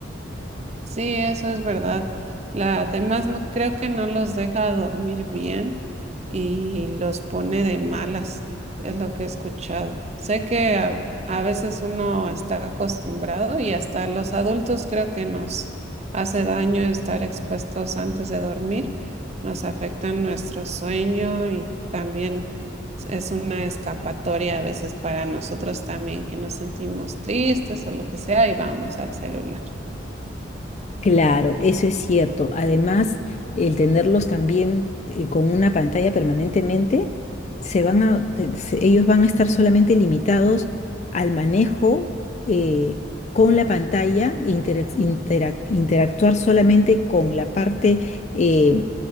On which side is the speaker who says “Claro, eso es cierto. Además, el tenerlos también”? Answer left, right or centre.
Left